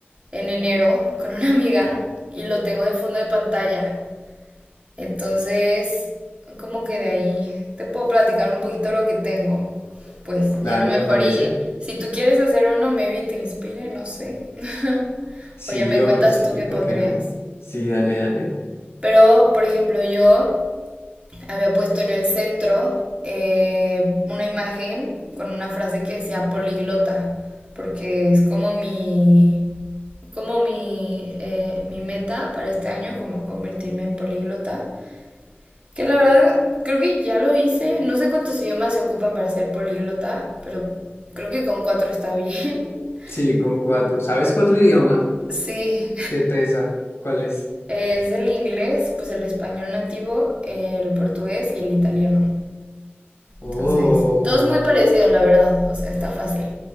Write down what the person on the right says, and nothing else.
en enero con una amiga y lo tengo de fondo de pantalla. Entonces, como que de ahí te puedo platicar un poquito lo que tengo. Pues,
y a lo mejor
y si tú quieres hacer uno, maybe te inspire, no sé. <laughs>
O ya me
cuentas
tú qué
pondrías.
Pero, por ejemplo, yo había puesto en el centro eh, una imagen con una frase que decía poliglota, porque es como mi, como mi, eh, mi meta para este año, como convertirme en poliglota. Que la verdad, creo que ya lo hice. No sé cuántos idiomas se ocupan para ser poliglota, pero creo que con cuatro está bien. <laughs>
Sí,
es el inglés, pues el español nativo, el portugués y el italiano.
Entonces, todo es muy parecido, la verdad. O sea, está fácil.